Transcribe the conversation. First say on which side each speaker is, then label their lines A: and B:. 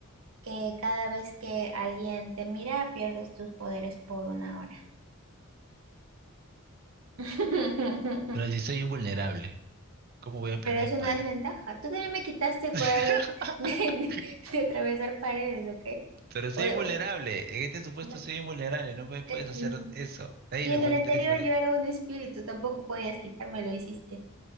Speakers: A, on the right; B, on the right.
A: que cada vez que alguien te mira, pierdes tus poderes por una hora. <laughs>
B: Pero si soy invulnerable, ¿cómo voy a perder
A: Pero es
B: mis poderes?
A: una desventaja. Tú también me quitaste el
B: <laughs>
A: poder de, <laughs> de- de atravesar paredes, ¿ok?
B: Pero soy
A: O- o-
B: invulnerable. En este supuesto
A: no,
B: soy invulnerable. No me puedes
A: eh,
B: hacer
A: mm,
B: eso. Nadie
A: y
B: me
A: en
B: puede
A: el anterior
B: quitar el poder.
A: yo era un espíritu, tampoco podías quitarme, lo hiciste.